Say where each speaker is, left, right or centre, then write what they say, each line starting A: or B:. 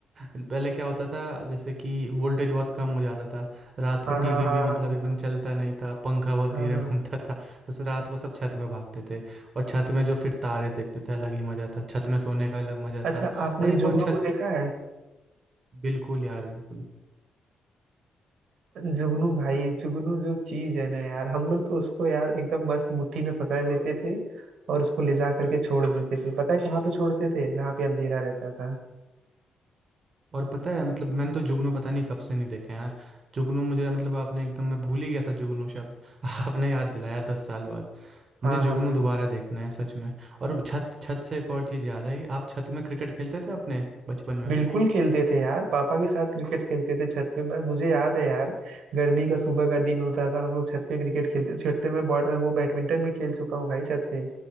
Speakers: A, on the right; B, on the right.
A: पहले क्या होता था जैसे कि वोल्टेज बहुत कम हो जाता था रात
B: हाँ
A: को
B: हाँ
A: टीवी
B: हाँ
A: भी
B: हाँ
A: मतलब
B: हाँ
A: एकदम चलता नहीं था पंखा बहुत
B: हाँ
A: धीरे
B: हाँ
A: <laughs> घूमता
B: हाँ
A: था तो से रात को सब छत में भागते थे और छत में जो फिर तारे देखते थे अलग ही मज़ा था छत में सोने का अलग मज़ा
B: अच्छा
A: था
B: आपने
A: और एक
B: जुगनू
A: और छत
B: को देखा
A: बिल्कुल यार बिल्कुल
B: जुगनू भाई जुगनू जो चीज है ना यार हम लोग तो उसको यार एकदम मस्त मुट्ठी में पकड़ लेते थे और उसको ले जा करके छोड़ देते थे पता है कहाँ पे छोड़ते थे जहाँ पे अंधेरा रहता था
A: और पता है मतलब मैंने तो जुगनू पता नहीं कब से नहीं देखे यार जुगनू मुझे मतलब आपने एकदम मैं भूल ही गया था जुगनू शब्द <laughs> आपने याद दिलाया दस साल मुझे
B: हाँ
A: जुगनू
B: हाँ
A: दोबारा देखना है सच में और छत छत से एक और चीज़ याद आई आप छत में क्रिकेट खेलते थे अपने बचपन में
B: बिल्कुल खेलते थे यार पापा के साथ क्रिकेट खेलते थे छत पे मैं मुझे याद है यार गर्मी का सुबह का दिन होता था हम लोग छत पे क्रिकेट खेलते छत पे मैं बॉल- वो बैडमिंटन भी खेल चुका हूँ भाई छत पे